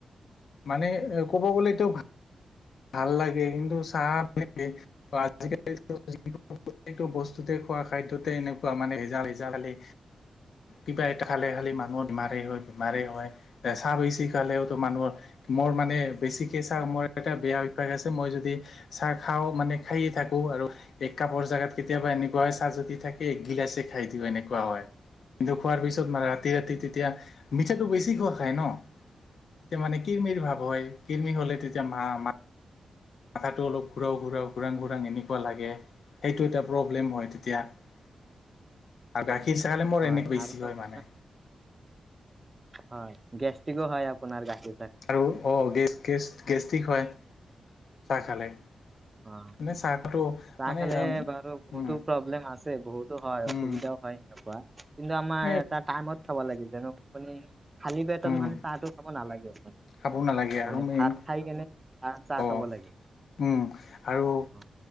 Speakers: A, on the left (about 75°); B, on the right (about 25°).
A: মানে এ ক'ব গ'লে এতিটো ভাল লাগে, কিন্তু চাহ লাগে <unintelligible> আজিকাল যোনো <unintelligible> প্ৰটিতো বস্তুতে খোৱা খাদ্য এনেকুৱা মানে, জজ খি কিবা এটা খালে খালে মানুহৰ বমাৰে হয় বমাৰে হয় চাহ বেছি খালেও মানুহৰ মোৰ মানে বেছিকে মোৰ এটা বেয়া অভ্যাস আছে মই যদি চাহ খাওঁ মানে খাইে থাকো আৰু। এক কাপৰ জোগাত কেতিয়াবা এনেকুৱা হয় চাহ যদি থাকে একগিলাচে খাই দিও এনেকুৱা হয়। কিন্তু খোৱাৰ পিছত মানে ৰাতি ৰাতি তেতিয়া মিঠাটো বেছি খোৱা খায় ন তেতিয়া মানে কিৰৰ্মিৰ ভাৱ হয় কিৰৰ্মি হ'লে তেতিয়া মা- মা আথাটো অলপ ঘূৰাও ঘূৰাও, ঘূৰাং- ঘূৰাং এনেকুৱা লাগে। সেইটো এটা প্ৰব্লেম হয় তেতিয়া গাখীৰ চা খালে মোৰ
B: হয়
A: এনে বেছি
B: আৰু
A: হয়
B: আপোনাৰ
A: মানে।
B: হয় গেষ্টিকো হয় আপোনাৰ গাছে।
A: আৰু অ গে - গে গেষ্টিক হয় চাহ খালে।
B: অ
A: মানে চাহটো
B: চাহ
A: মানে
B: খালে বাৰু বহুতো
A: উম
B: প্ৰব্লেম আছে। বহুতো হয়
A: উম
B: অসুবিধাও হয় এনেকুৱা কিন্তু আমাৰ
A: এই
B: এটা টাইমত। খাব লাগে যেনে মানে খালী পেটত
A: উম
B: মানে চাহটো খাব নালাগে।
A: খাব নালাগে
B: মানে
A: আৰু মেইন
B: ভাত খাই কেনে চাহ চাহ
A: অ
B: খাব লাগে।
A: উম। আৰু
B: অ,